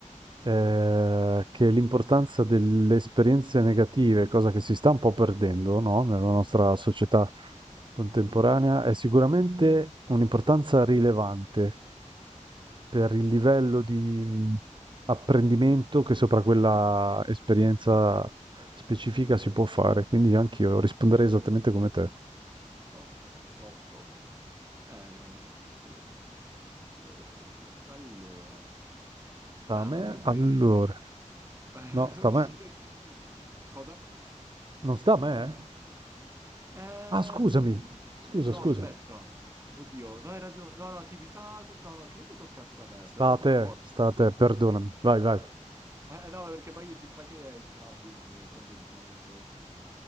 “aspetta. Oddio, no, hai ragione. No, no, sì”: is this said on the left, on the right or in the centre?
Right